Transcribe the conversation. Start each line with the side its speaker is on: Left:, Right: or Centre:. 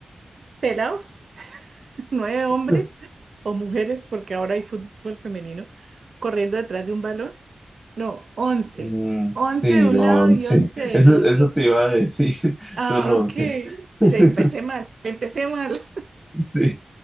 Right: pelados, <laughs> nueve hombres
Centre: <laughs>
Right: o mujeres, porque ahora hay fútbol femenino, corriendo detrás de un balón No, once,
Centre: Mm,
Right: 11
Centre: sí,
Right: de un
Centre: once.
Right: lado y 11
Centre: <laughs>
Right: del
Centre: Eso,
Right: otro.
Centre: eso te iba a decir, <laughs>
Right: Ah,
Centre: son once.
Right: ok.
Centre: <laughs>
Right: Ya empecé mal, empecé mal,
Centre: Sí,